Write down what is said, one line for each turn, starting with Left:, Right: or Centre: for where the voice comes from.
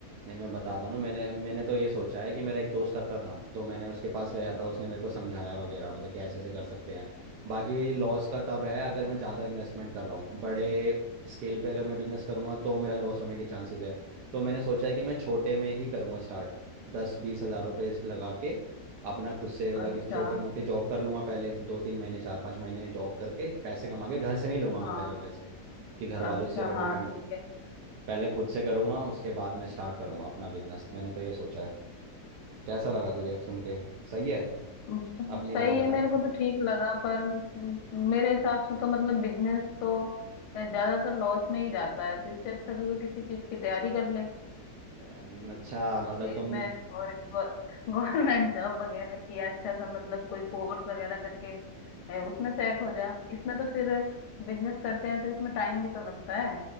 Right: नहीं मैं बता दूं ना मैंने मैंने तो ये सोचा है कि मेरा एक दोस्त करता था तो मैंने उसके पास गया था उसने मेरे को समझाया वगैरह मतलब कि ऐसे ऐसे कर सकते हैं बाकी लॉस का तब है अगर मैं ज़्यादा इन्वेस्टमेंट कर रहा हूँ बड़े स्केल पे अगर मैं बिजनेस करूंगा तो मेरा लॉस होने के चांसेस है तो मैंने सोचा है कि मैं छोटे में ही करूंगा स्टार्ट दस बीस हज़ार रुपये लगा के अपना खुद से मतलब
Left: अच्छा
Right: कि छोटे मोटे जॉब कर लूंगा पहले दो तीन महीने चार पाँच महीने जॉब करके पैसे कमा के घर से नहीं लूंगा मैं
Left: हाँ
Right: पहले पैसे कि घर वालों
Left: अच्छा
Right: से मैं डिपेंड
Left: हाँ ठीक
Right: हो।
Left: है
Right: पहले खुद से करूंगा उसके बाद मैं स्टार्ट करूंगा अपना बिजनेस मैंने तो ये सोचा है कैसा लगा तुझे सुन के सही है
Left: अच्छा,
Right: अपनी
Left: सही
Right: राय बता
Left: है मेरे को तो ठीक लगा पर म, मेरे हिसाब से तो मतलब बिजनेस तो अ, ज्यादातर लॉस में ही जाता है तो इससे अच्छा तो, तो किसी चीज की तैयारी कर ले
Right: अम, अच्छा मतलब
Left: उस चीज
Right: तुम
Left: में और गवर्नमेंट जॉब <laughs> वगैरह की अच्छा सा मतलब कोई कोर्स वगैरह करके अ, उसमें सेट हो जा इसमें तो फिर बिजनेस करते हैं तो इसमें टाइम भी तो लगता है